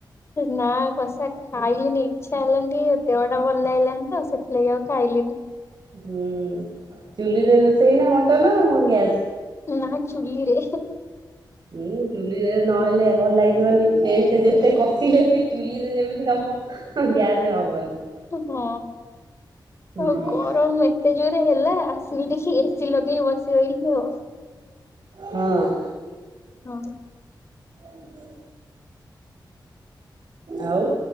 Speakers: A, on the left (about 35°); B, on the right (about 60°).
A: ନା କଷା ଖାଇଲିନି ଇଚ୍ଛା ହେଲଣି ଦେହଟା ଭଲ ହେଇଲାନି ତ ଆଉ ସେଥିଲାଗି ଆଉ ଖାଇଲିନି।
B: ହୁଁ ଚୁଲିରେ ରୋଷେଇ ନା ମଟନ ଗ୍ୟାସ।
A: ନା ଚୁଲିରେ
B: ହୁଁ ଚୁଲିରେ ନହେଲେ ଭଲ ଲାଗିବନି ଟେଷ୍ଟ ଯେତେ କଷିଲେ ବି ଚୁଲିରେ ଯେମିତି କାମ ହଁ ଗ୍ୟାସ ହବନି।
A: ହଁ
B: ହୁଁ
A: ଆଉ ଗରମ ଏତେ ଜୋରେ ହେଲା ଆସିଲି ଟିକି ଲଗେଇ ବସିି ହ
B: ହଁ
A: ହଁ।
B: ହୁଁ ହୁଁ। ଆଉ